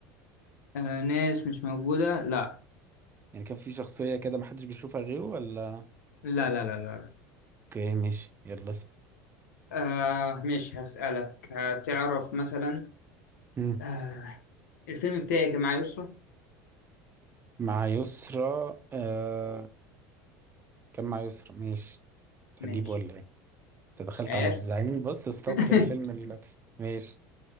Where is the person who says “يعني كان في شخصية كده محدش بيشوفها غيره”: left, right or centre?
Right